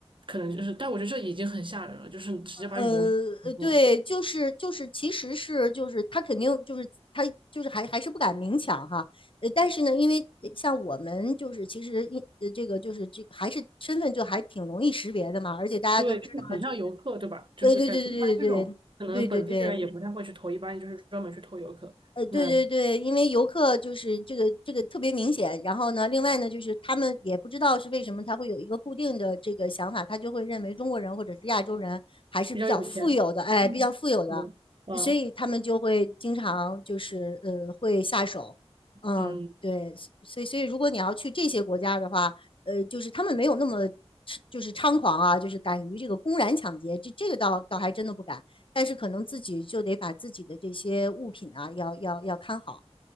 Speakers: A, on the right; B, on the left.
A: 可能就是？但我觉得这已经很吓人了，就是你直接把羽绒服拿过，
B: 呃，对，就是就是，其实是就是他肯定就是他就是还还是不敢明抢哈，呃，但是呢，因为像我们就是其实一呃这个就是这还是身份就还挺容易识别的嘛，而且大家都知道就是，
A: 对，就是很像游客，对吧？就是感觉一般这种可能本地人也不太会去偷，
B: 呃，对对对对对对对对。
A: 一般就是专门去偷游客。
B: 呃，对对对，
A: 那
B: 因为游客就是这个这个特别明显，然后呢，另外呢，就是他们也不知道是为什么他会有一个固定的这个想法，他就会认为中国人或者是亚洲人还是比较富有的，
A: 比较有钱，
B: 哎，
A: 嗯，
B: 比较富有的，
A: 是的，嗯
B: 所以他们就会经常就是呃会下手，嗯，
A: 嗯。
B: 对，所以所以如果你要去这些国家的话，呃，就是他们没有那么就是猖狂啊，就是敢于这个公然抢劫，这这个倒倒还真的不敢。但是可能自己就得把自己的这些物品啊，要要要看好。